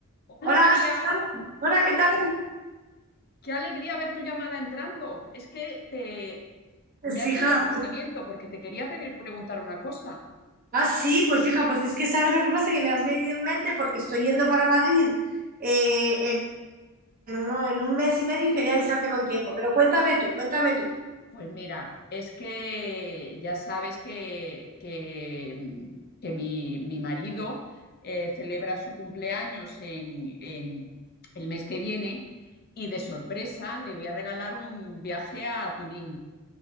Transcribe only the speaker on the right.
Hola,
Susana. Hola, ¿qué tal?
Pues
hija,
ah, sí, pues hija, pues es que sabes lo que pasa, que me has venido en mente porque estoy yendo para Madrid eh, en, en uno- en un mes y medio y quería avisarte con tiempo, pero cuéntame tú, cuéntame tú.